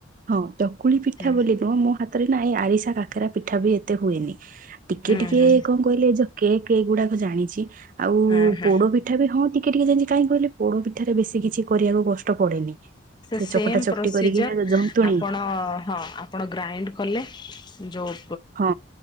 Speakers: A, on the right (about 40°); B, on the left (about 20°).
A: ହଁ ଚକୁଳି ପିଠା
B: ହୁଁ
A: ବୋଲି ନୁହଁ, ମୋ ହା ରେ ନା ଏ ଆରିସା କାକେରା ପିଠା ବି ଏତେ ହୁଏନି। ଟିକେ
B: ହୁଁ
A: ଟିକେ
B: ହୁଁ
A: କଣ କହିଲେ କେ କେକ୍ ଏଗୁଡାକ ଜାଣିଛି। ଆଉ
B: ହଁ ହଁ।
A: ପୋଡ ବି ପିଠା ବି ହଁ ଟିକେ ଟିକେ ଜାଣିଛି କାହିଁ କହିଲ ପୋଡ ପିଠାରେ ବେଶୀ କିଛି କରିବାକୁ କଷ୍ଟ ପଡେନି।
B: ସେ ସେମ୍
A: ଚକଟା ଚକଟି
B: ପ୍ରୋସିଜର୍
A: କରିକି ଜନ୍ତୁଣୀ
B: ଆପଣ ହଁ ଆପଣ ଗ୍ରାଇଣ୍ଡ କଲେ <unintelligible>
A: ହଁ